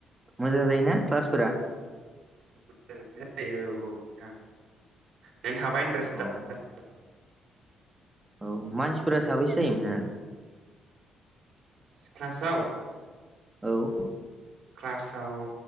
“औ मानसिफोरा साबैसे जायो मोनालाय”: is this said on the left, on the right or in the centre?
Right